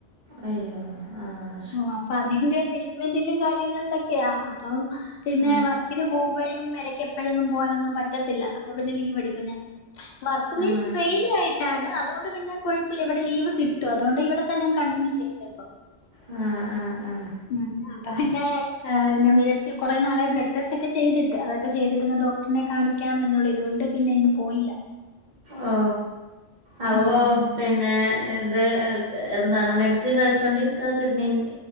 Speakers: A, on the right; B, on the left.
A: അയ്യോ ആഹ
B: ഓ അപ്പൊ അതിന്റെ ട്രീറ്റ്മെന്റിലും കാര്യങ്ങളക്കെയാ അപ്പൊ പിന്നെ
A: ആഹ്
B: വ വർകിന് പോകുമ്പോഴും എടക്ക് എപ്പോഴൊന്നും പോകാനൊന്നും പറ്റത്തില്ല അപ്പൊ പിന്നെ ലീവ് എടുക്കും ഞാൻ. വർക്ക്
A: ആഹ്
B: മീൻസ്
A: ആഹ്
B: ട്രെയിനി ആയിട്ട് ട്ടാണ് അതുകൊണ്ട് പിന്നെ കുഴപ്പില്ല ഇവടെ ലീവ് കിട്ടും അതുകൊണ്ട് ഇവടെ തന്നെ അങ് കണ്ടിന്യൂ ചെയ്യുന്നത് ഇപ്പം.
A: ഉം ഉം ഉം
B: ഉം. അതാ പിന്നെ ഹ ഞാൻ വിചാരിച്ച് കെറെ നാളെ ബ്ലഡ് ടെസ്റ്റ് ഒക്കെ ചെയ്തിട്ട്. അക്കെ ചെയ്തിട്ട്ന്ന് ഡോക് ഡറിനെ. കാണിക്കാം എന്നുള്ള ഇതുകൊണ്ട് പിന്നെ ഇന്ന് പോയില്ല.
A: ഓ അോ അപ്പൊ
B: ഉം
A: പിന്നെ. ഇത് എ എന്താണ് മെഡിസിൻ കഴിച്ചുകൊണ്ടിരിക്കാ കിഡ്നിൻ്റെ